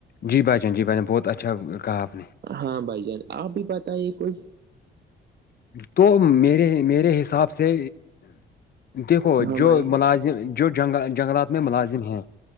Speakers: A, on the left (about 50°); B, on the right (about 55°).
A: جی بھائیان جی بھائین بہت اچھا کہا آپ نے
B: ہاں بھائی جان آپ بھی پت ہے کوئی
A: تو میرے میرے حساب سے دیکھو
B: ہاں
A: جو
B: بھائی
A: ملازم جونگ جنگلات میں ملازم ہیں